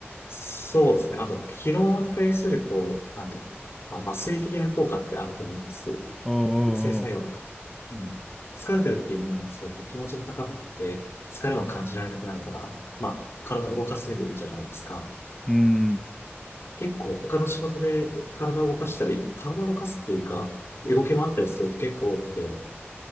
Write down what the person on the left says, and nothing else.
そうですね。あと、疲労に対する、こう、なんていうか、まあ、麻酔的な効果ってあると思うんです。
覚醒作用とか。うん。疲れてる時に飲んだら、すごい気持ちも高ぶって、疲れも感じられなくなるから、まあ、体を動かせるじゃないですか。
結構他の仕事で体を動かしたり、体を動かすっていうか、動き回ったりすると結構多くて、